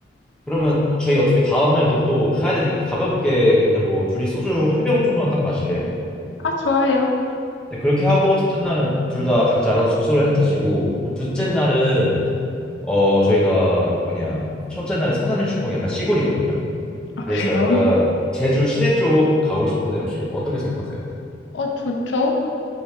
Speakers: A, in the centre; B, on the left.
A: 그러면 저희 어차피 다음 날도 또 가야 되니까 가볍게 그냥 뭐 둘이 소주 한 병 정도만 딱 마실래요?
B: 아, 좋아요.
A: 네, 그렇게 하고 첫째 날은 둘 다 각자 알아서 숙소를 흩어지고 그럼 둘째 날은 어 저희가 뭐냐 첫째 날에 성산일출봉이 약간 시골이거든요.
B: 아,
A: 그래서
B: 그래요?
A: 약간 제주 시내 쪽 가고 싶은데 혹시 어떻게 생각하세요?
B: 어, 좋죠?